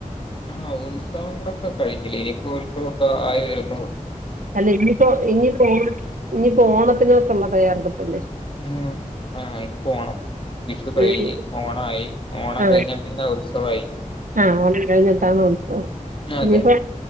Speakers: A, on the left (about 40°); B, on the right (about 70°).
A: ആ ഉത്സവങ്ങളൊക്കെ കഴിഞ്ഞില്ലേ ഇനിയിപ്പോ ഉത്സവമൊക്കെ ആയി വരുന്നുള്ളു
B: അല്ല ഇനിയിപ്പോ ഇനിയിപ്പോ ഓണ ഇനിയിപ്പോ ഓണത്തിനൊക്കെ ഉള്ള തയ്യാറെടുപ്പല്ലേ
A: ആ ആ ഇനിപോണം വിഷു കഴിഞ്ഞ്
B: ഇനി-
A: ഓണമായി ഓണം
B: ആ
A: കഴിഞ്ഞാൽ പിന്നെ ഉത്സവയി
B: ആ ഓണം കഴിഞ്ഞിട്ടാാണ് ഉത്സവം
A: അതെ
B: ഇനിപ്പോ